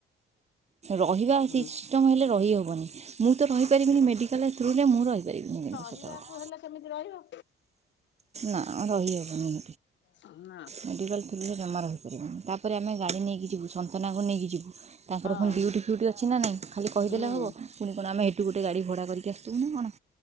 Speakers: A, on the right (about 35°); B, on the left (about 65°).
A: ରହିବା
B: ହୁଁ
A: ସିଷ୍ଟମ ହେଲେ ରହିହେବନି। ମୁଁ ତ ରହିପାରିବିନି ମେଡ଼ିକାଲ ଥ୍ରୁରେ ମୁଁ ରହିପାରିବିନି। ସତ
B: କହିବାକୁ
A: କଥା
B: ହେଲେ କେମିତି ରହିବ।
A: ନା ରହିହବନି।
B: ହୁଁ।
A: ମେଡ଼ିକାଲ ଖୋଲିଲେ ଜମାରୁ ରହିପାରିନି ତାପରେ ଆମେ ଗାଡ଼ି ନେଇକି ଯିବୁ ସନ୍ତାନଙ୍କ ନେଇକି ଯିବୁ ତାଙ୍କର
B: ହଁ
A: ପୁଣି। ଡିୁଟି ଫିୁଟି ଅଛି ନାହିଁ ଖାଲି କହିଦେଲେ
B: ହୁଁ
A: ହେବ ପୁଣି କଣ ଆମେଇଠୁ ଗୋଟେ ଗାଡ଼ି ଭଡ଼ା କରିକି ଆସିବୁ ନା କଣ।